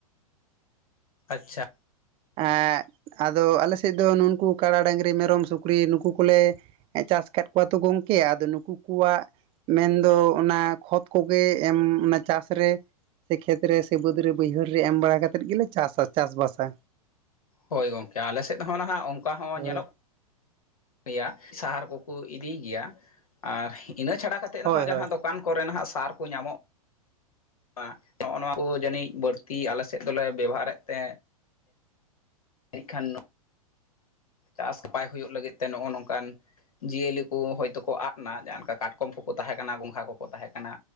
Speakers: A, on the left; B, on the right.
A: ᱟᱪᱪᱷᱟ
B: ᱟᱼ ᱟᱫᱚ ᱟᱞᱮ ᱥᱮᱫ ᱫᱚ ᱱᱩᱠᱩ ᱠᱟᱰᱟ ᱰᱟᱝᱨᱤ ᱢᱮᱨᱚᱢ ᱥᱩᱠᱨᱤ ᱱᱩᱠᱩ ᱠᱚᱞᱮ ᱪᱟᱥ ᱟᱠᱟᱫ ᱠᱚᱣᱟ ᱛᱚ ᱜᱚᱝᱠᱮ ᱟᱫᱚ ᱱᱩᱠᱩ ᱠᱚᱣᱟᱜ ᱢᱮᱱᱫᱚ ᱚᱱᱟ ᱠᱷᱚᱛ ᱠᱚᱜᱮ ᱮᱢ ᱚᱱᱟ ᱪᱟᱥᱨᱮ ᱥᱮ ᱠᱷᱮᱛ ᱨᱮ ᱥᱮ ᱵᱟᱹᱫᱽ ᱨᱮ ᱵᱟᱹᱭᱦᱟᱹᱲ ᱨᱮ ᱮᱢ ᱵᱟᱲᱟ ᱠᱟᱛᱮᱫ ᱜᱮᱞᱮ ᱪᱟᱥᱟ ᱪᱟᱥ ᱵᱟᱥᱟ
A: ᱦᱳᱭ ᱜᱚᱝᱠᱮ ᱟᱞᱮᱥᱮᱫ ᱦᱚᱸ ᱱᱟᱦᱟᱜ ᱚᱱᱠᱟ ᱦᱚᱸ
B: ᱦᱳᱭ
A: ᱧᱮᱞᱚᱜ ᱜᱮᱭᱟ ᱥᱟᱦᱟᱨ ᱠᱚᱠᱚ ᱤᱫᱤᱭ ᱜᱮᱭᱟ ᱟᱨ ᱤᱱᱟᱹ ᱪᱷᱟᱲᱟ ᱠᱟᱛᱮ
B: ᱦᱳᱭ
A: ᱦᱚᱸ
B: ᱦᱳᱭ
A: ᱡᱟᱦᱟᱸ ᱫᱚ ᱫᱚᱠᱟᱱ ᱠᱚᱨᱮ ᱱᱟᱦᱟᱜ ᱥᱟᱨ ᱠᱚ ᱧᱟᱢᱚᱜ <unintelligible> ᱱᱚᱜᱼᱚ ᱱᱚᱣᱟ ᱠᱚ ᱡᱟᱹᱱᱤᱡ ᱵᱟᱹᱲᱛᱤ ᱟᱞᱮ ᱥᱮᱫ ᱫᱚᱞᱮ ᱵᱮᱵᱚᱦᱟᱨᱮᱫ ᱛᱮ ᱡᱟᱹᱱᱤᱡ ᱠᱷᱟᱱ ᱪᱟᱥ ᱵᱟᱭ ᱦᱩᱭᱩᱜ ᱞᱟᱹᱜᱤᱫ ᱛᱮ ᱱᱚᱜᱼᱚ ᱱᱚᱝᱠᱟᱱ ᱡᱤᱭᱟᱹᱞᱤ ᱠᱚ ᱦᱳᱭᱛᱳ ᱠᱚ ᱟᱫ ᱮᱱᱟ ᱡᱟᱦᱟᱸ ᱚᱱᱠᱟ ᱠᱟᱴᱠᱚᱢ ᱠᱚᱠᱚ ᱛᱟᱦᱮᱸ ᱠᱟᱱᱟ ᱜᱚᱝᱜᱷᱟ ᱠᱚᱠᱚ ᱛᱟᱦᱮᱸ ᱠᱟᱱᱟ